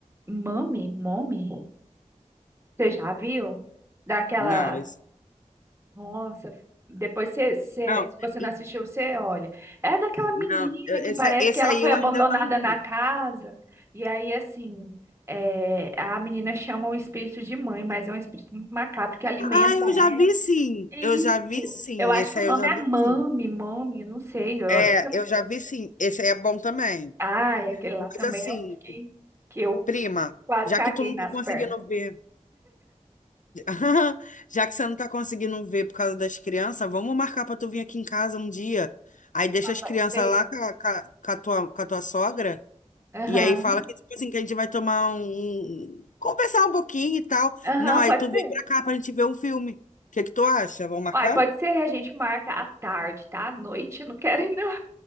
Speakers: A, on the right; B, on the left.
A: Mami, Mommy, você já viu? Daquela
B: Não, esse.
A: Nossa, depois você, você-
B: Não,
A: se você
B: e-
A: não assistiu, você olha. É daquela
B: não,
A: menina
B: eu- esse,
A: que parece
B: esse
A: que ela
B: aí
A: foi
B: eu
A: abandonada
B: ainda não
A: na
B: vi.
A: casa. E aí, assim, é, a menina chama um espírito de mãe, mas é um espírito muito macabro que alimenta
B: Ah, eu
A: ela.
B: já vi sim.
A: Isso.
B: Eu já vi sim.
A: Eu acho
B: Esse
A: que o
B: aí
A: nome
B: eu já
A: é
B: vi
A: Mami,
B: sim.
A: Mami, não sei. Eu...
B: É, eu já vi sim. Esse aí é bom também.
A: Ai, aquele lá
B: Mas
A: também
B: assim,
A: é o que, que eu
B: prima,
A: quase
B: já
A: caguei
B: que tu não
A: nas
B: tá conseguindo
A: pernas.
B: ver, <laughs> já que você não tá conseguindo ver por causa das crianças, vamos marcar pra tu vir aqui em casa um dia. Aí deixa
A: Mas
B: as
A: pode
B: crianças
A: ser?
B: lá com a, com a- com a tua, com a tua sogra.
A: Aham,
B: E aí fala que, tipo assim, que a gente vai tomar um. um, Conversar um pouquinho e tal.
A: Aham,
B: Não, aí
A: pode
B: tu
A: ser.
B: vem pra cá pra gente ver um filme. O que que tu acha? Vamos marcar?
A: Uai, pode ser, a gente marca à tarde, tá? À noite, eu não quero ir, não.